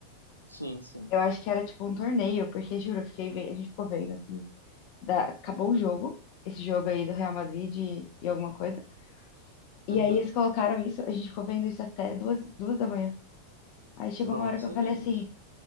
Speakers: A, on the right; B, on the left.
A: Sim, sim.
B: Eu acho que era tipo um torneio, porque juro, eu fiquei, ve- a gente ficou vendo assim, da- acabou o jogo, esse jogo aí do Real Madrid e, e alguma coisa. E
A: Uhum.
B: aí eles colocaram isso, a gente ficou vendo isso até duas, duas da manhã. Aí chegou
A: Nossa,
B: uma hora que eu falei
A: gente.
B: assim,